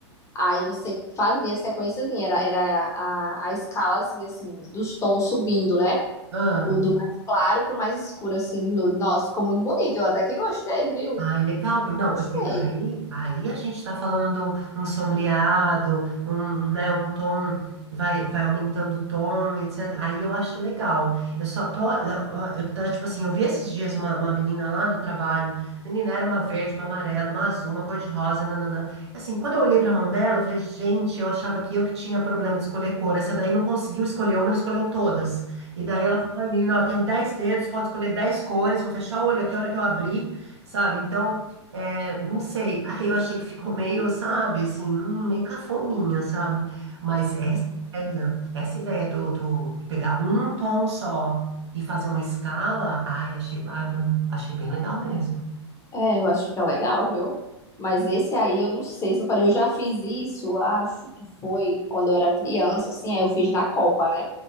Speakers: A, on the left; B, on the right.
A: Aí você fazia a sequenciazinha, era, era a, a escalazinha assim, dos tons subindo, né?
B: Ah.
A: O do mais claro pro mais escuro, assim, de nude. Nossa, ficou muito bonito, eu até que gostei, viu?
B: Ai, legal, por- não,
A: Gostei.
B: porque daí, aí a gente está falando de um, um sombreado, um, né, um tom, vai, vai aumentando o tom, etc. Aí eu acho legal. Eu só tô, eu, eu tô, tipo assim, eu vi esses dias uma, uma menina lá no trabalho, menina era uma verde, uma amarela, uma azul, uma cor de rosa, nananã. Assim, quando eu olhei pra mão dela, eu falei, gente, eu achava que eu que tinha problema de escolher cor, essa daí não conseguiu escolher uma, ela escolheu todas. E daí ela falou, ai, menina, ó, eu tenho 10 dedos, pode escolher 10 cores, vou fechar o olho aqui a hora que eu abrir sabe? Então, é, não sei. Aí eu achei que ficou meio, sabe, assim, hum, meio cafoninha, sabe? Mas essa ideia, essa ideia do, do de pegar um tom só e fazer uma escala, ai, achei bárbaro, achei bem legal mesmo.
A: É, eu acho que fica legal, viu? Mas esse aí eu não sei se eu falei, eu já fiz isso, acho que foi quando eu era criança, assim, aí eu fiz na Copa, né?